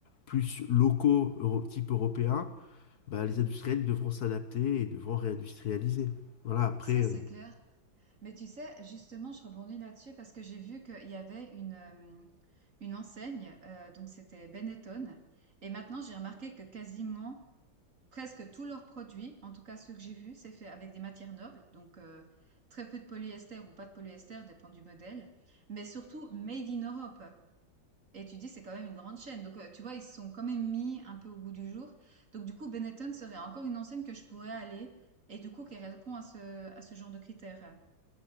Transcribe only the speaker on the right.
Ça, c'est
clair. Mais tu sais, justement, je rebondis là-dessus parce que j'ai vu qu'il y avait une, euh, une enseigne, euh, donc c'était Benetton. Et maintenant, j'ai remarqué que quasiment, presque tous leurs produits, en tout cas ceux que j'ai vus, c'est fait avec des matières nobles, donc euh, très peu de polyester ou pas de polyester, dépend du modèle, mais surtout made in Europe. Et tu dis, c'est quand même une grande chaîne. Donc, euh, tu vois, ils se sont quand même mis un peu au goût du jour. Donc, du coup, Benetton serait encore une enseigne que je pourrais aller et du coup, qui répond à ce, à ce genre de critères.